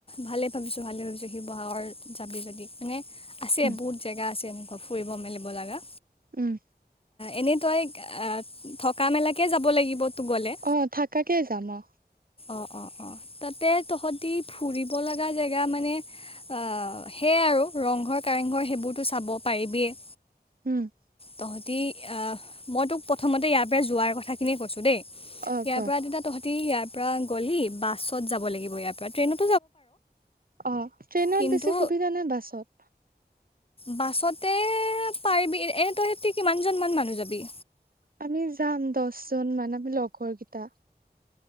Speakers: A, on the left; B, on the right.
A: ভালেই ভাবিছো ভালে ভাবিছো। শিৱসাগৰ জাবি যদি মানে। আছে
B: উম
A: বহুত জেগা আছে এনেকুৱা ফুৰিব মেলিব লগা।
B: উম
A: এনেই তই থকা মেলাকে যাব লাগিব। তো গ'লে
B: অ থাকাকে যাম অ।
A: অঁ অঁ অঁ তাতে তহঁতি ফুৰিব লগা জেগা মানে আ সেয়াই আৰু ৰংঘৰ, কাৰেংঘৰ সেইবোৰতো চাব পাৰিবিয়ে।
B: উ',।
A: তহঁতি অ', মই তোক প্ৰথমতে ইয়াৰ পৰা যোৱাৰ কথাখিনিয়ে কৈছোঁ দেই।
B: অ
A: ইয়াৰ
B: ক
A: পৰা যেতিয়া তহঁত তহঁতি ইয়াত। পৰা গ'লি বাছত যাব লাগিব ইয়াৰ পৰা ট্ৰেইনত
B: অ', ট্ৰেইনত
A: কিন্তু
B: বেছি সুবিধা নে বাছত?
A: বাছতে এএ', পাৰিবি এনে তইহেতি কিমানজন মান মানুহ যাবি?
B: আমি যাম দহজন মান মোৰ লগৰ কেইটা